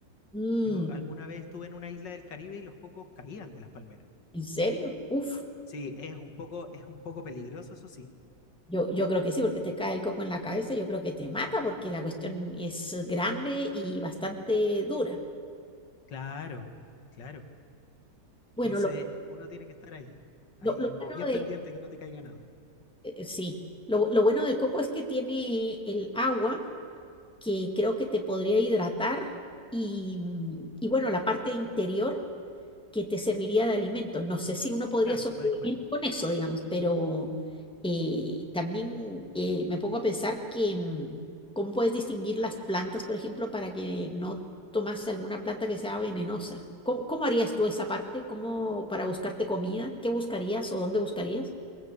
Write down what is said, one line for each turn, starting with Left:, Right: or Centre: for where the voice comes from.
Centre: Mm,
Left: Yo alguna vez estuve en una isla del Caribe y los cocos caían de las palmeras.
Centre: ¿En serio? Uf,
Left: Sí, es un poco, es un poco peligroso, eso sí.
Centre: yo, yo creo que sí, porque te cae el coco en la cabeza, yo creo que te mata porque la cuestión es grande y bastante dura.
Left: Claro, claro.
Centre: Bueno,
Left: Entonces,
Centre: lo,
Left: uno tiene que estar ahí, ahí
Centre: lo- lo
Left: bien
Centre: bueno del,
Left: pendiente que no te caiga nada.
Centre: eh, sí, lo, lo bueno del coco es que tiene el agua que creo que te podría hidratar y, mm, y bueno, la parte interior. que te serviría de alimento. No sé si uno podría
Left: Claro,
Centre: sobrevivir
Left: se puede comer.
Centre: con eso, digamos, pero eh, también eh, me pongo a pensar que mm, cómo puedes distinguir las plantas, por ejemplo, para que no tomas alguna planta que sea venenosa. ¿Cómo, cómo harías tú esa parte? ¿Cómo para buscarte comida? ¿Qué buscarías o dónde buscarías?